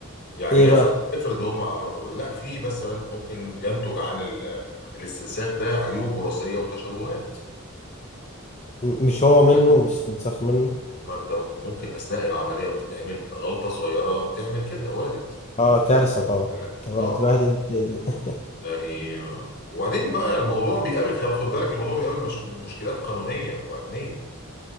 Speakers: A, on the left; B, on the left.
A: يعني
B: ايه بقى
A: افرض افرض هم عملوا لا في مثلا ممكن ينتج عن ال- الاستنساخ ده عيوب وراثيه وتشوهات
B: م- مش
A: خد
B: هو
A: بالك
B: منه مستنسخ منه
A: ما انت ممكن اثناء العمليه بتتعمل غلطه صغيره تعمل كده وارد
B: اه كارثة طبعا
A: خد بالك
B: طب هتبهدل
A: اه
B: الدنيا <laughs>
A: يعني آه، وبعدين بقى الموضوع بيقابل خد بالك الموضوع بيقابل مشك- مشكلات قانونيه وامنيه